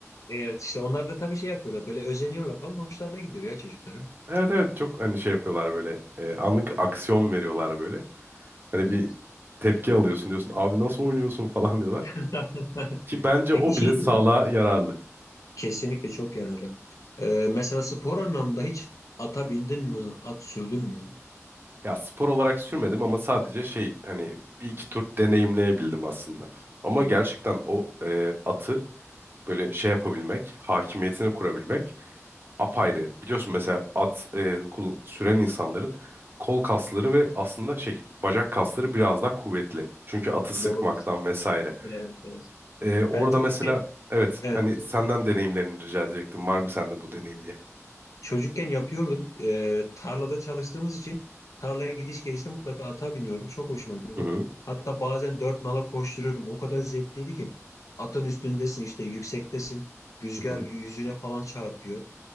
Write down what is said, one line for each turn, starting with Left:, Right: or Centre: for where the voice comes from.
Left: Evet işte onlar da tabii şey yapıyorlar böyle özeniyorlar falan hoşlarına gidiyor ya çocukların.
Right: Evet evet çok hani şey yapıyorlar böyle e, anlık aksiyon veriyorlar böyle. Hani
Left: Evet.
Right: bir tepki alıyorsun diyorsun abi nasıl oynuyorsun <laughs> falan diyorlar.
Left: <laughs>
Right: Ki bence
Left: Peki
Right: o
Left: şey
Right: bile sağlığa
Left: diyeceğim.
Right: yararlı.
Left: Kesinlikle çok yararlı. Ee, mesela spor anlamında hiç ata bindin mi, at sürdün mü?
Right: Ya spor olarak sürmedim ama sadece şey hani bir iki tur deneyimleyebildim aslında. Ama
Left: Hmm,
Right: gerçekten o e, atı böyle şey yapabilmek, hakimiyetini kurabilmek apayrı. Biliyorsun mesela at e, kul- süren insanların kol kasları ve aslında şey bacak kasları biraz daha kuvvetli. Çünkü atı sıkmaktan
Left: doğrudur.
Right: vesaire.
Left: Evet, evet.
Right: E, orada
Left: Ben çocukken
Right: mesela evet
Left: evet,
Right: hani senden deneyimlerini rica edecektim. Var mı sende bu deneyim diye?
Left: çocukken yapıyordum. Ee, tarlada çalıştığımız için tarlaya gidiş gelişte mutlaka ata biniyordum. Çok hoşuma gidiyordu.
Right: Hı hı
Left: Hatta bazen dört nala koşturuyordum. O kadar zevkliydi ki. Atın üstündesin işte yüksektesin. Rüzgar
Right: hı hı.
Left: y- yüzüne falan çarpıyor.